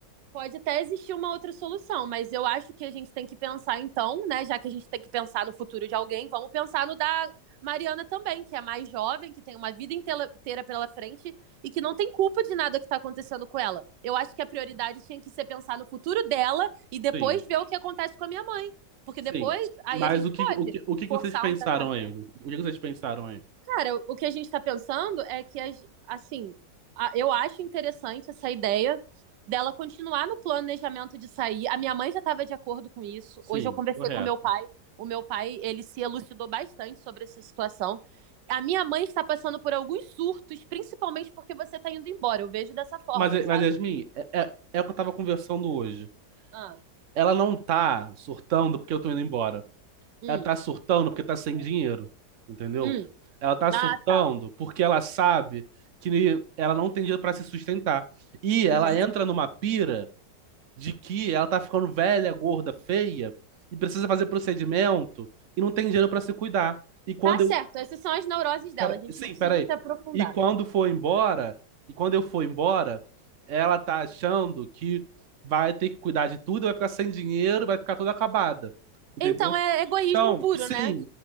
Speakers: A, on the right; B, on the right.
A: Pode até existir uma outra solução, mas eu acho que a gente tem que pensar então, né? Já que a gente tem que pensar no futuro de alguém, vamos pensar no da Mariana também, que é mais jovem, que tem uma vida inteira pela frente e que não tem culpa de nada que está acontecendo com ela. Eu acho que a prioridade tinha que ser pensar no futuro dela e depois
B: Sim,
A: ver o que acontece com a minha mãe. Porque
B: sim.
A: depois, aí
B: Mas
A: a gente
B: o que,
A: pode
B: o que, o que que
A: forçar
B: vocês pensaram
A: um tratamento.
B: aí? O que vocês pensaram aí?
A: Cara, o que a gente está pensando é que, as, assim, a- eu acho interessante essa ideia dela continuar no planejamento de sair. A minha mãe já estava de acordo com isso.
B: Sim,
A: Hoje eu conversei
B: correto.
A: com meu pai. O meu pai, ele se elucidou bastante sobre essa situação. A minha mãe está passando por alguns surtos, principalmente porque você está indo embora. Eu vejo dessa forma,
B: Mas,
A: sabe?
B: mas Yasmin, é, é, é o que eu tava conversando hoje.
A: Ah,
B: Ela não tá surtando porque eu tô indo embora.
A: hum,
B: Ela tá surtando porque tá sem dinheiro, entendeu?
A: hum.
B: Ela tá surtando
A: Ah, tá.
B: porque ela sabe que ela não tem dinheiro pra se sustentar. E
A: Uhum.
B: ela entra numa pira de que ela tá ficando velha, gorda, feia e precisa fazer procedimento e não tem dinheiro pra se cuidar. E quando
A: Tá certo.
B: eu,
A: Essas são as neuroses dela.
B: Pera-
A: A gente
B: sim,
A: não precisa
B: peraí.
A: se aprofundar.
B: E quando for embora, e quando eu for embora, ela tá achando que vai ter que cuidar de tudo, vai ficar sem dinheiro, vai ficar toda acabada. Entendeu?
A: Então é egoísmo
B: Então,
A: puro,
B: sim,
A: né?